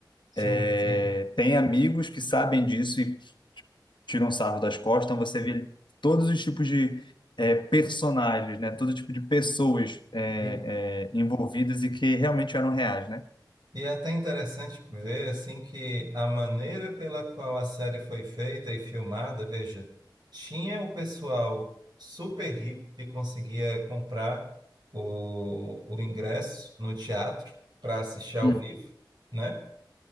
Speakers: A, on the right; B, on the left.
A: sim,
B: é,
A: sim.
B: tem amigos que sabem disso e tiram sarro das costas, então você vê todos os tipos de é, personagens, né? Todo tipo de pessoas é,
A: E,
B: é, envolvidas e que realmente eram reais, né?
A: e é até interessante ver assim que a maneira pela qual a série foi feita e filmada, veja, tinha o pessoal super rico que conseguia comprar o, o ingresso no teatro para assistir ao
B: Hum.
A: vivo, né?